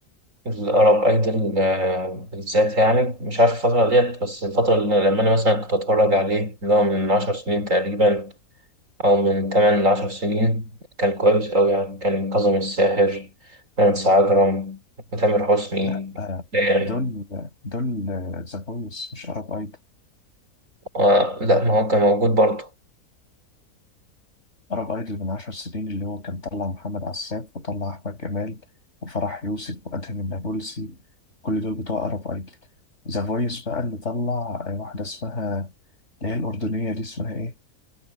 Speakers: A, on the right; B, on the left.
A: الأرب أيدل آه، بالذات يعني مش عارف الفترة ديت بس الفترة اللي لما أنا مثلا كنت أتفرج عليه اللي هو من عشر سنين تقريبا أو من تمن لعشر سنين كان كويس أوي يعني كان كاظم الساحر نانسي عجرم وتامر حسني
B: لأ آه،
A: يعني
B: دول دول ذا فويس مش أرب أيدول
A: و- لا ما هو كان موجود برضه
B: عرب ايدول من عشر سنين اللي هو كان طلع محمد عساف وطلع احمد جمال وفرح يوسف وادهم النابلسي كل دول بتوع عرب ايدول ذا فويس بقى اللي طلع آه، واحده اسمها اللي هي الاردنيه دي اسمها ايه